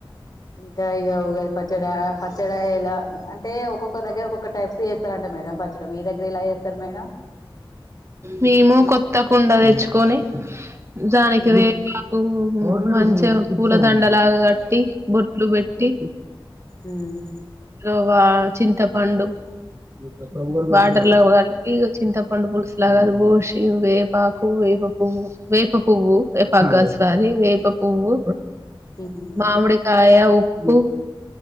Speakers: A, on the left; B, on the right.
A: ఇంకా ఇగ ఉగాది పచ్చడ పచ్చడ ఇలా అంటే ఒక్కొక్క దగ్గర ఒక్కొక్క టైప్స్ చేస్త మేడం పచ్చడి మీ దగ్గర ఎల చేస్తారు మేడం
B: మేము కొత్త కుండ తెచ్చుకొని దానికి
A: మ్మ్
B: వేపాకు మంచిగా పూలదండలాగా కట్టి బొట్లు పెట్టి
A: మ్మ్
B: అ వా చింతపండు <unintelligible>
A: ఆ
B: కలిపి చింతపండు పులుసు ఇలాగ బూషి వేపాకు వేప పువ్వు వేప పువ్వు వేపాకు కాదు స్వారీ వేప పువ్వు
A: మ్మ్
B: మామిడి కాయ ఉప్పు